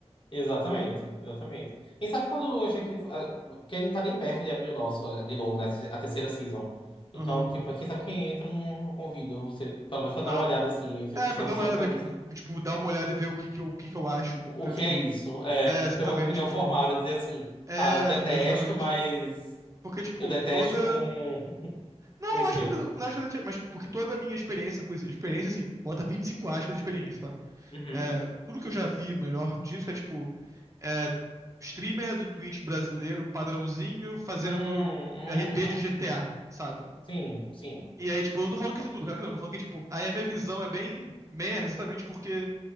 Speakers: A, on the left (about 45°); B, on the right (about 30°).
A: Exatamente, exatamente. e sabe quando a gente. ah, Porque a gente não tá nem perto de abrir o nosso ah, de novo, né? A terceira season. Então,
B: Aham.
A: tipo, quem sabe quem entra, eu não, não convido você, pelo menos pra
B: Ah,
A: dar uma olhada assim.
B: é,
A: Senão
B: pra dar
A: você
B: uma olhada,
A: vai ficar
B: ver,
A: olhando
B: que-
A: assim.
B: tipo, dar uma olhada e ver o que que eu, o que que eu acho.
A: O
B: Então,
A: o que
B: tipo,
A: é isso? É,
B: é, exatamente,
A: ter uma opinião formada,
B: tipo,
A: dizer assim,
B: é,
A: tá, eu detesto,
B: exatamente.
A: mas
B: Porque, tipo,
A: eu detesto
B: toda...
A: com <laughs>
B: Não,
A: conhecimento.
B: acho que não, não acho que não- tinha- mas porque toda a minha experiência com isso, experiência, assim, bota 25 aspas de experiência, tá?
A: Uhum.
B: É, tudo que eu já vi melhor disso é, tipo, é, streamer do Twitch brasileiro, padrãozinho, fazendo
A: Hum, uhum,
B: RP
A: uhum.
B: de GTA, sabe?
A: Sim, sim.
B: E aí, tipo, eu não tô falando que isso é tudo, cara, que não, mas eu tô falando que, tipo, aí a minha visão é bem meia, exatamente porque